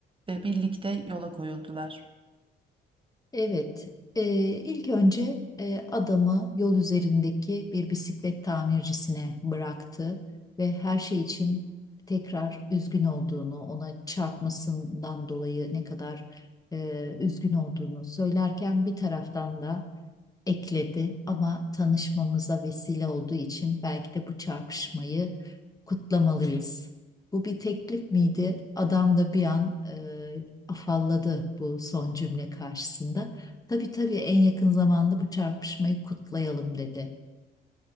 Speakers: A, on the right (about 25°); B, on the left (about 20°).
A: ve birlikte yola koyuldular.
B: Evet, e, ilk önce e, adamı yol üzerindeki bir bisiklet tamircisine bıraktı ve her şey için tekrar üzgün olduğunu, ona çarpmasından dolayı ne kadar e, üzgün olduğunu söylerken bir taraftan da ekledi ama tanışmamıza vesile olduğu için belki de bu çarpışmayı kutlamalıyız. Bu bir teklif miydi? Adam da bir an e, afalladı bu son cümle karşısında. Tabii tabii en yakın zamanda bu çarpışmayı kutlayalım dedi.